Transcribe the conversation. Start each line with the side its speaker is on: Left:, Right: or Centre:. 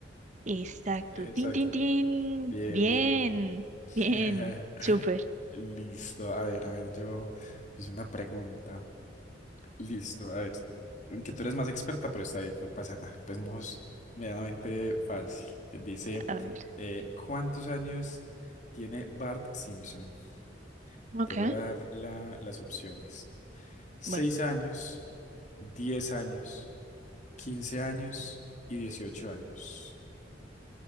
Right: Exacto.
Left: Exacto.
Right: Tin, tin, tin.
Left: Bien,
Right: Bien,
Left: bien. <laughs>
Right: bien. Súper.
Left: Listo. A ver, a ver, yo hice una pregunta. Listo, a ver, aunque tú eres más experta, pero está bien, no pasa nada. Empecemos medianamente fácil, que dice,
Right: A ver.
Left: eh, ¿cuántos años tiene Bart Simpson?
Right: Ok.
Left: Te voy a dar la- las opciones. ¿Seis
Right: Bueno.
Left: años, diez años, quince años y dieciocho años?